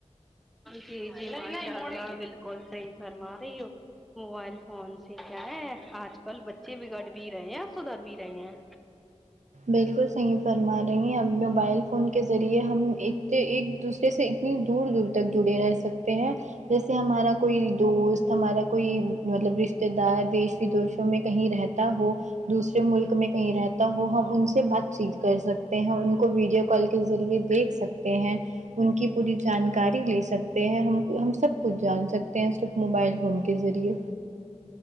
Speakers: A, in the centre; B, on the right.
A: جی جی ماشاء اللہ بالکل صحیح فرما رہی ہو موبائل فون سے کیا ہے آج کل بچے بگڑ بھی رہے ہیں اور سدھر بھی رہے ہیں
B: بالکل صحیح فرما رہی ہیں اب موبائل فون کے ذریعے ہم ایک ایک دوس سے اتنی دور دور تک جڑے رہ سکتے ہیں جیسے ہمارا کوئی دوست ہمارا کوئی مطلب رشتہ دار دیش ودیشوں میں کہیں رہ تا ہو دوسرے ملک میں کہیں رہتا ہو ہم ان سے بات چیت کر سکتے ہیں ان کو ویڈیو کال کے ذریعے دیکھ سکتے ہیں ان کی پوری جانکاری لے سکتے ہیں ہم کو ہم سب کچھ جان سکتے ہیں صرف موبائل فون کے ذریعے